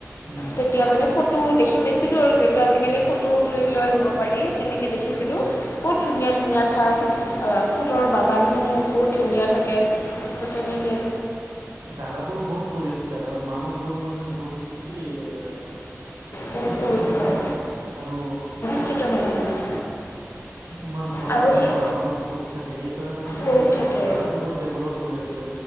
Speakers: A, on the right (about 80°); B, on the left (about 55°).
A: উম হম
B: তেতিয়া, মানে ফ ফটো দেখি পাইছিলোঁ আৰু যিহেতু আজিকালি ফটো তুলি লৈ আহিব পাৰি তেনেকৈ দেখিছিলোঁ। বহুত ধুনীয়া ধুনীয়া ঠাই অ ফুলৰ বাগানসমূহ বহুত ধুনীয়া থাকে। তেনেকে।
A: জাগাবোৰ বহুত পৰিস্কাৰ আৰু মানুহবোৰ মানে বহুত সি এ
B: বহুত
A: শিক্ষিত
B: পৰিষ্কাৰ
A: মানুহ ন আৰু
B: <unintelligible>
A: তোমাৰ ভ্ৰমণ
B: আৰু সেই
A: কৰা মানুহ বহুত থাকে সেই সেইকাৰণে মানে
B: বহুত থাকে
A: জাগাটো বহুত ডেভলপ হৈ আছে।